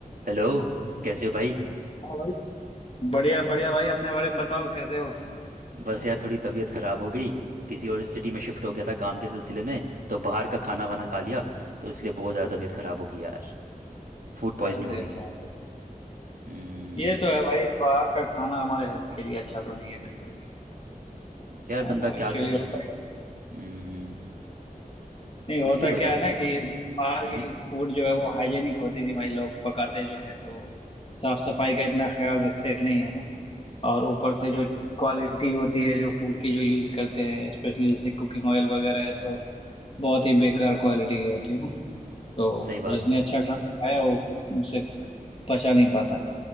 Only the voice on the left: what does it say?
हाँ भाई बढ़िया बढ़िया भाई अपने बारे में बताओ कैसे हो
अरे
भाई
ये तो है भाई बाहर का खाना हमारे हेल्थ के लिए अच्छा तो नहीं है बिल्कुल भी
है
ना
एक्चुअली
होता
नहीं होता
क्या
है ना
कि बाहर
की फूड जो है वो हाइजेनिक होती नहीं भाई लोग पकाते जो है तो साफ सफाई का इतना ख्याल रखते नहीं है ना और ऊपर से जो क्वालिटी होती है जो फूड की जो यूज़ करते हैं स्पेशली जैसे कुकिंग ऑयल वगैरह है तो बहुत ही बेकार क्वालिटी की होती है ना तो
जिसने
अच्छा खाना खाया वो उसे पचा नहीं पाता